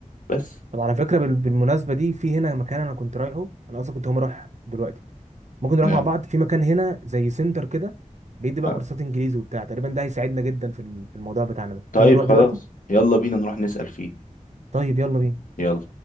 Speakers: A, on the left; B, on the right.
A: بس
B: طب على فكرة بال- بالمناسبة دي في هنا مكان انا كنت رايحه انا اصلا كنت هقوم اروح دلوقتي ممكن نروح
A: نعم
B: مع بعض في مكان هنا زي سنتر كده بيدي بقى
A: آه،
B: كورسات انجليزي وبتاع تقريبا ده هيساعدنا جدا في ال- في الموضوع بتاعنا ده
A: طيب
B: تيجي نروح
A: خلاص
B: دلوقتي
A: يلا بينا نروح نسأل فيه
B: طيب يلا بينا
A: يلا